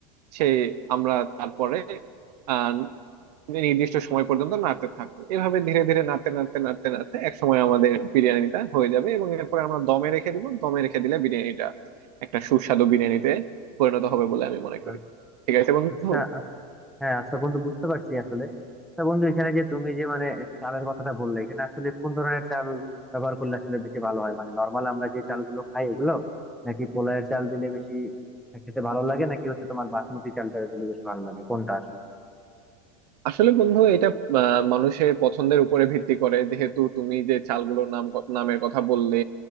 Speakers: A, on the right; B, in the centre.
A: সেই আমরা তারপরে আহ নির্দিষ্ট সময় পর্যন্ত নাড়তে থাকবো এভাবে ধীরে ধীরে নাড়তে নাড়তে নাড়তে নাড়তে এক সময় আমাদের বিরিয়ানিটা হয়ে যাবে এবং এরপরে আমরা দমে রেখে দিব দমে রেখে দিলে বিরিয়ানিটা একটা সুস্বাদু বিরিয়ানিতে পরিণত হবে বলে আমি মনে
B: এবার-
A: করি ঠিক আছে বন্ধু
B: আচ্ছা আচ্ছা, হ্যাঁ আচ্ছা বন্ধু বুঝতে পারছি আসলে আচ্ছা বন্ধু এখানে যে তুমি যে মানে চালের কথাটা বললে এখানে আসলে কোন ধরনের চাল ব্যবহার করলে আসলে বেশি ভালো হয় মানে নর্মাল আমরা যে চালগুলো খাই ওগুলো নাকি পোলাওয়ের চাল দিলে বেশি খেতে ভালো লাগে নাকি হচ্ছে তোমার বাসমতি চালটা দিলে বেশি ভালো লাগে কোনটা আসলে
A: আসলে বন্ধু এটা আহ, মানুষের পছন্দের উপরে ভিত্তি করে যেহেতু তুমি যে চালগুলোর নাম নামের কথা বললে